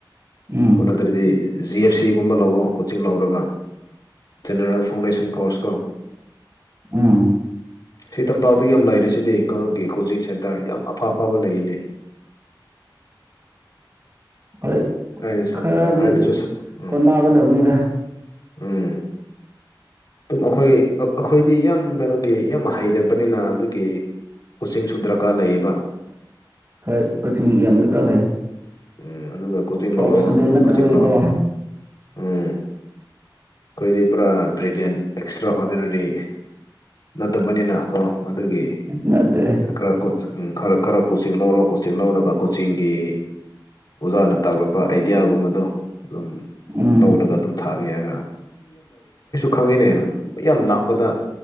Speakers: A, on the right; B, on the left.
A: ꯎꯝ
B: ꯑꯣ ꯅꯠꯇ꯭ꯔꯗꯤ ꯖꯤ ꯑꯦꯐ ꯁꯤꯒꯨꯝꯕ ꯂꯧꯑꯣ ꯀꯣꯆꯤꯡ ꯂꯧꯔꯒ ꯖꯦꯅꯔꯦꯜ ꯐꯥꯎꯗꯦꯁꯟ ꯀꯣꯔꯁ ꯀꯣ
A: ꯎꯝ
B: ꯁꯤ ꯇꯝꯄꯥꯛꯇ ꯌꯥꯝ ꯂꯥꯏꯔꯤꯁꯤꯗꯤ ꯀꯩꯅꯣꯒꯤ ꯀꯣꯆꯤꯡ ꯁꯦꯟꯇꯔ ꯌꯥꯝ ꯑꯐ ꯑꯐꯕ ꯂꯩꯌꯦꯅꯦ
A: <inaudible> ꯍꯣꯏ
B: ꯑꯩꯅꯁꯨ
A: ꯈꯔꯗꯤ
B: ꯎꯝ ꯑꯩꯅꯁꯨ ꯁ- ꯎꯝ
A: ꯍꯣꯠꯅꯒꯗꯕꯅꯤꯗ
B: ꯎꯝ ꯑꯗꯨꯝ ꯑꯩꯈꯣꯏ ꯑꯩꯈꯣꯏꯗꯤ ꯌꯥꯝ ꯀꯩꯅꯣꯒꯤ ꯌꯥꯝ ꯍꯩꯔꯕꯅꯤꯅ ꯑꯗꯨꯒꯤ ꯀꯣꯆꯤꯡ ꯁꯨ ꯗꯔꯀꯥꯔ ꯂꯩꯌꯦꯕꯥ
A: ꯍꯣꯏ ꯀꯛꯆꯤꯡ ꯑꯌꯥꯝꯕꯗ ꯂꯩ
B: ꯎꯝ ꯑꯗꯨꯒ ꯀꯣꯆꯤꯡ
A: ꯇꯣꯞ
B: ꯂꯧꯔꯣ
A: ꯏꯁꯇꯨꯗꯦꯟ
B: ꯑꯗꯨ
A: ꯅꯠꯇꯕꯒꯤꯀꯣ
B: ꯀꯣꯆꯤꯡ ꯂꯧ ꯎꯝ ꯑꯈꯣꯢꯗꯤ ꯄꯨꯔꯥ ꯕꯔꯤꯗꯦꯟ ꯑꯦꯛꯁꯇ꯭ꯔꯥ ꯑꯣꯔꯗꯤꯅꯔꯤ ꯅꯠꯇꯕꯅꯤꯅ ꯀꯣ ꯑꯗꯨꯒꯤ
A: ꯅꯠꯇ꯭ꯔꯦ
B: ꯈꯔ ꯀꯣ ꯎꯝ ꯈꯔ ꯈꯔ ꯀꯣꯆꯤꯡ ꯂꯧꯔꯣ ꯀꯣꯆꯤꯡ ꯂꯧꯔꯒ ꯀꯣꯆꯤꯡꯒꯤ ꯑꯣꯖꯥꯅ ꯇꯥꯛꯂꯛꯄ ꯑꯥꯏꯗꯤꯌꯥꯒꯨꯝꯕꯗꯣ ꯎꯝ
A: ꯎꯝ
B: ꯂꯧꯔꯒ ꯑꯗꯨꯝ ꯊꯥꯕ ꯌꯥꯏꯅꯥ ꯈꯪꯉꯤꯅꯦ ꯃꯌꯥꯝ ꯂꯥꯛꯄꯗ